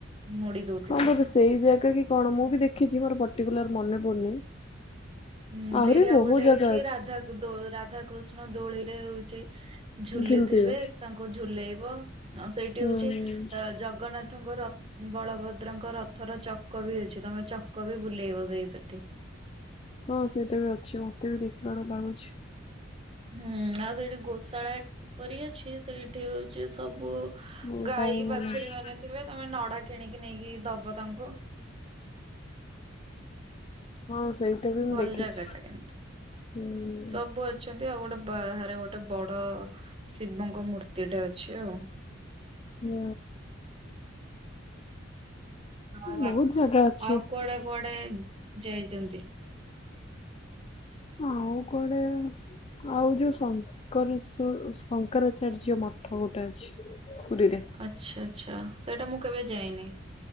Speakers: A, on the right; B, on the left.
A: ମୋଡି ଦୋଉଥିବେ।
B: ହଁ ବୋଧେ ସେଇ ଜାଗା କି କଣ ମୁଁ ବି ଦେଖିଛି ମୋର ପର୍ଟିକୁଲାର ମନେ ପଡୁନି।
A: ହୁଁ
B: ଆହୁରି
A: ସେଇଠି ଆଉ
B: ବହୁତ
A: ଗୋଟେ
B: ଜାଗା
A: ଅଛି ରାଧା ଦୋ ରାଧାକୃଷ୍ଣ ଦୋଳି ରେ ହୋଉଚି ଝୁଲିଥିବେ
B: ଝୁଲୁଥିବେ
A: ତାଙ୍କୁ ଝୁଲେଇବ ଆ ସେଇଠି
B: ହୁଁ
A: ହଉଛି
B: ହୁଁ।
A: ଅ ଜଗନ୍ନାଥଙ୍କ ର ବଳଭଦ୍ରଙ୍କ ରଥର ଚକ ବି ଅଛି ତମର ଚକ ବି ବୁଲେଇବ ଦେଇ ସେଠି।
B: ହଁ ସେଟା ବି ଅଛି ମତେ ବି ଦେଖିଲା ଭଳିଆ ଲାଗୁଚି।
A: ହୁଁ ଆଉ ସେଇଠି ଗୋଶାଳା ପରି ଅଛି ସେଇଠି ହଉଛି ସବୁ
B: ହଉ
A: ଗାଈ
B: ଟାଇମ୍
A: ବାଛୁରୀ
B: ହେଲାଣି।
A: ମାନେ ଥିବେ ତମେ ନଡା କିଣିକି ନେଇକି ଦବ ତାଙ୍କୁ।
B: ହଁ ସେଇଟା ବି ମୁଁ
A: ଭଲ
B: ଦେଖିଛି
A: ଜାଗା ଟା କିଂନ୍ତୁ?
B: ହୁଁ।
A: ସବୁ ଅଛନ୍ତି ଆଉ ଗୋଟେ ବାହାରେ ଗୋଟେ ବଡ ଶିବଙ୍କ ମୂର୍ତ୍ତି ଟା ଅଛି ଆଉ।
B: ହୁଁ।
A: ଆଉ ଆ
B: ବହୁତ ଜାଗା ଅଛି
A: ଆଉ କୁଆଡେ କୁଆଡେ ଯାଇଚନ୍ତି?
B: ଆଉ କୁଆଡେ ଆଉ ଯୋଉ ସଙ୍କରି ସି କୋ ଶଙ୍କରାଚାର୍ଯ୍ୟ ମଠ ଗୋଟେ ଅଛି ପୁରୀରେ।
A: ଆଚ୍ଛା ଆଚ୍ଛା ସେଇଟା ମୁଁ କେବେ ଯାଇନି।